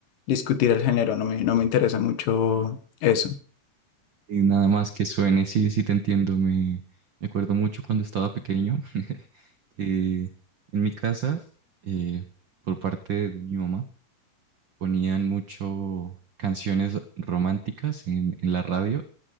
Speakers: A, on the left; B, on the right.
A: discutir el género, no me, no me interesa mucho eso.
B: Y nada más que suene, sí, sí te entiendo. Me, me acuerdo mucho cuando estaba pequeño, <laughs> que en mi casa, eh, por parte de mi mamá, ponían mucho canciones románticas en, en la radio